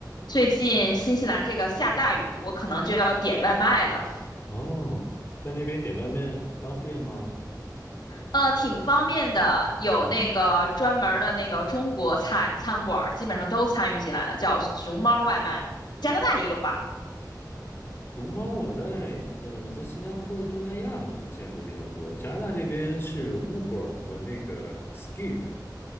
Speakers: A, on the left; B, on the left.
A: 最近新西兰这个下大雨，我可能就要点外卖了。
B: 哦，在那边点外卖方便吗？
A: 呃，挺方便的，有那个专门儿的那个中国菜餐馆儿，
B: 嗯，
A: 基本上都参与进来了，叫熊猫外卖。加拿大也有吧？
B: 熊猫我在呃我在新加坡的东南亚好像见过比较多，加拿大这边是 Uber 和那个 Skip。